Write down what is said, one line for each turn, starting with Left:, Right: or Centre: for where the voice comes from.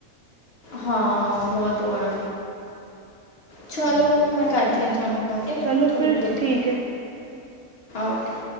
Left: ਹਾਂ ਬੋਤ ੳ ਐ ਚ੍ਵਾਲੋ
Right: ਹਾਂਜੀ
Left: ਮੈਂ ਕਾਰਦੀ ਆਂ ਤੁਆਨੂੰ, ਓਕੇ
Right: ਚਲੋ
Left: ਥੋੜ੍ਹੀ
Right: ਫਿਰ
Left: ਦੇਰ ਤੱਕ,
Right: ਠੀਕ ਹੈ।
Left: ਓਕੇ।